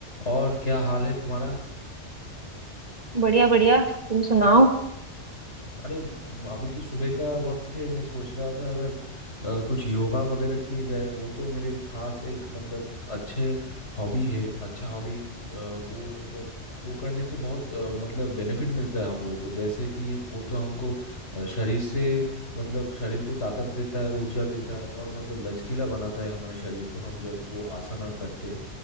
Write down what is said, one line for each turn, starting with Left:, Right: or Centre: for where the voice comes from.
Left: और क्या हाल है तुम्हारा
Right: बढ़िया बढ़िया तुम सुनाओ
Left: अरे म- अभी तो सुबह का वक्त है मैं सोच रहा था अगर अ, कुछ योगा वगैरह किए जाए वो तो मेरे खास एक मतलब अच्छे हॉबी है अच्छा हॉबी वो मतलब वो करने से बहुत अ, मतलब बेनिफिट मिलता है हम लोगों को जैसे कि वो तो हमको अ, शरीर से मतलब शरीर को ताकत देता है ऊर्जा देता है और मतलब लचकीला बनाता है हमारे शरीर को हम जब वो आसना करते हैं।